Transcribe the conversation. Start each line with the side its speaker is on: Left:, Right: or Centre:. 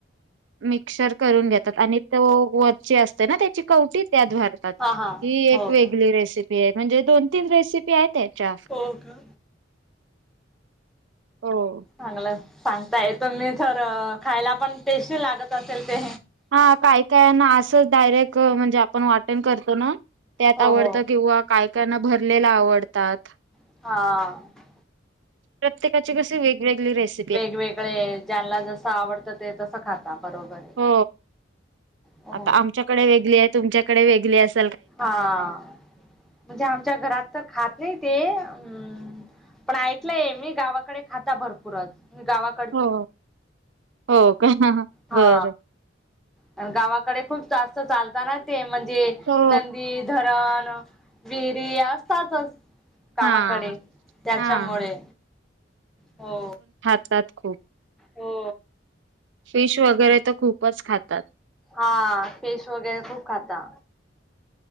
Right: मिक्सर करून घेतात आणि तो वरचे असते ना त्याची कवटी त्याद्वारे ही
Centre: हा हा हो
Right: एक वेगळी
Centre: का
Right: रेसिपी आहे म्हणजे दोन तीन रेसिपी आहेत त्याच्या
Centre: हो का
Right: हो
Centre: चांगलं सांगताय तु्ी तर खायला पण टेस्टी लागत असेल ते
Right: हा काय काय ना असंच डायरेक्ट म्हणजे आपण वाटें करतो ना त्यात
Centre: हो
Right: आवडतं
Centre: हो
Right: किंवा काय काना भरलेला आवडतात
Centre: हा
Right: प्रत्येकाची कशी वेगवेगळी रेस्ट
Centre: वेगवेगळे ज्यांना जस आवडतं ते तसं खाता बरोबर आहे
Right: हो
Centre: अ
Right: आता आमच्याकडे वेगळी आहे तुमच्याकडे वेगळी अस
Centre: हा म्हणजे आमच्या घरात तर खात नाही ते अम् पण ऐकलंय मी गावाकडे खाता भरपूरच म गावाक
Right: हो हो का
Centre: हा
Right: बरं
Centre: आणि गावाकडे खूप जास्त चालताना ते म्हणजे
Right: हो
Centre: नंदी धरण विहिरी असतातच गवाकडे
Right: हा
Centre: त्याच्यामुळे
Right: हा
Centre: हो
Right: साात खूप
Centre: हो
Right: फिश वगैरे तर खूपच खातात
Centre: हा फेश वगैरे खूप खाता